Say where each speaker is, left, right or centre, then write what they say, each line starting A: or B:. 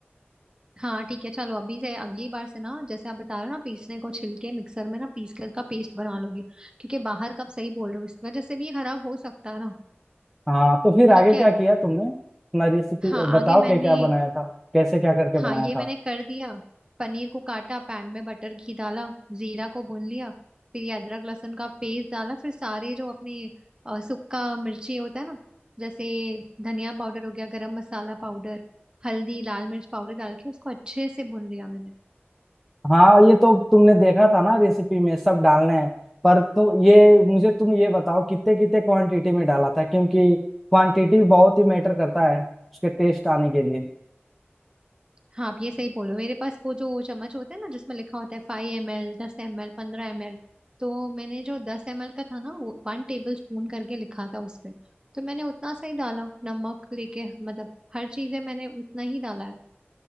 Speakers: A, on the right (about 20°); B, in the centre.
A: हाँ ठीक है चलो अभी से अगली बार से ना जैसे आप बता रहे हो ना पीसने को छिलके मिक्सर में ना पीस कर का पेस्ट बना लोगी क्योंकि बाहर का आप सही बोल रहे हो इस वजह से भी ये खराब हो सकता है ना
B: हाँ तो फिर
A: ठीक
B: आगे क्या
A: है
B: किया तुमने अपना रेसिपी
A: हाँ
B: बताओ
A: आगे मैंने
B: क्या क्या बनाया था कैसे क्या करके
A: हाँ
B: बनाया
A: ये
B: था
A: मैंने कर दिया पनीर को काटा पैन में बटर घी डाला जीरा को भून लिया फिर ये अदरक लहसुन का पेस्ट डाला फिर सारे जो अपने अ, सुक्का मिर्ची होता है ना जैसे धनिया पाउडर हो गया गरम मसाला पाउडर हल्दी लाल मिर्च पाउडर डाल के उसको अच्छे से भून लिया मैंने
B: हाँ ये तो तुमने देखा था ना रेसिपी में सब डालना है पर तुम ये मुझे तुम ये बताओ कितने कितने क्वांटिटी में डाला था क्योंकि क्वांटिटी बहुत ही मैटर करता है उसके टेस्ट आने के लिए
A: हाँ आप ये सही बोल रहे हो मेरे पास वो जो वो चम्मच होते हैं ना जिसमें लिखा होता है फाइव एम एल दस एम एल पंद्रह एम एल तो मैंने जो दस एम एल का था ना वो वन टेबल स्पून करके लिखा था उस पे तो मैंने उतना सही डाला नमक लेके मतलब हर चीज़ है मैंने उतना ही डाला है